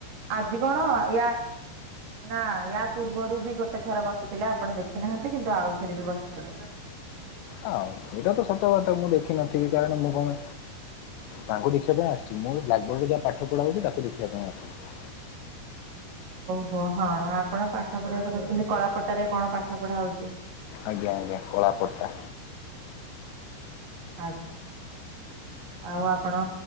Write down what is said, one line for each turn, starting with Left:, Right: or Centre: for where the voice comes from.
Right: ଆଜି କଣ ୟା ନାଁ ୟା ପୂର୍ବରୁ ବି ଗୋଟେ ଥର ବସ ସିଥିଲେ ଆପଣ ଦେଖିନାହାନ୍ତି କିନ୍ତୁ ଆଉଥରେ ବି ବସିଥିଲେ।
Left: ଆଉ ସେଇଟା ତ ସତ କଥା ମୁଁ ଦେଖିନଥିବି କାରଣ ମୁଁ କଣ ତାଙ୍କୁ ଦେଖିବା ପାଇଁ ଆସିଚି ମୁଁ ବ୍ଲାକବୋର୍ଡ଼ ରେ ଯାହା ପାଠ ପଢାହେଉଚି ତାକୁ ଦେଖିବାପାଇଁ ଆସୁଚି।
Right: ଓ ହଁ ଆପଣ ପାଠ ପଢିବାକୁ ଦେଖୁଚନ୍ତି କଳାପଟାରେ କଣ ପାଠ ପଢା ହଉଚି।
Left: ଆଜ୍ଞା ଆଜ୍ଞା କଳାପଟା
Right: ଆଜ୍ଞା ଆଉ ଆପଣ